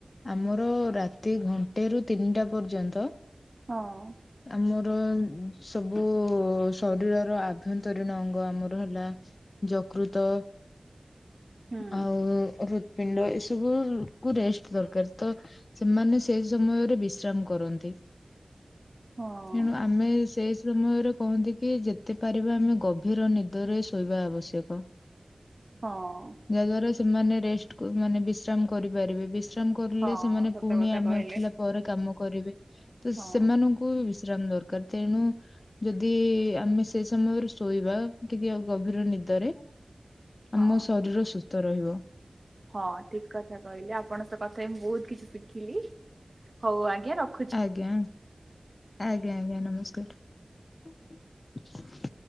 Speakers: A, on the left (about 65°); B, on the right (about 45°).
A: ଆମର ରାତି ଘଣ୍ଟେ ରୁ ତିନିଟା ପର୍ଯ୍ୟନ୍ତ
B: ହଁ।
A: ଆମର ସବୁ ଶରୀରର ଆଭ୍ୟନ୍ତରୀଣ ଅଙ୍ଗ ଆମର ହେଲା ଯକୃତ
B: ହୁଁ
A: ଆଉ ରୁତପିଣ୍ଡ ଏସବୁ କୁ ରେଷ୍ଟ ଦରକାର, ତ ସେମାନେ ସେ ସମୟରେ ବିଶ୍ରାମ କରନ୍ତି।
B: ହଁ
A: ଏଣୁ ଆମେ ସେଇ ସମୟରେ କହନ୍ତି କି ଯେତେ ପାରିବା ଆମେ ଗଭୀର ନିଦରେ ଶୋଇବା ଆବଶ୍ୟକ।
B: ହଁ।
A: ଯାହା ଦ୍ଵାରା ସେମାନେ ରେଷ୍ଟ ମାନେ ବିଶ୍ରାମ କରିପାରିବେ ବି ବିଶ୍ରାମ କରେ
B: ହଁ
A: ସେମାନେ
B: ସତ
A: ପୁଣି
B: କଥା
A: ଆମେ
B: କହିଲେ
A: ଉଠିଲା ପରେ କାମ କରିବେ, ତ
B: ହଁ
A: ସେମାନଙ୍କୁ କୁ ବିଶ୍ରାମ ଦରକାର ତେଣୁ ଯଦି ଆମେ ସେ ସମୟରେ ଶୋଇବା ଟିକେ ଆଉ ଗଭୀର ନିଦରେ,
B: ହଁ
A: ଆମ ଶରୀର ସୁସ୍ଥ ରହିବ।
B: ହଁ ଠିକ କଥା କହିଲେ ଆପଣ ତ କଥା ମୁଁ ବହୁତ କିଛି ଶିଖିଲି, ହଉ ଆଜ୍ଞା ର
A: ଆଜ୍ଞା ଆଜ୍ଞା ଆଜ୍ଞା ନମସ୍କାର।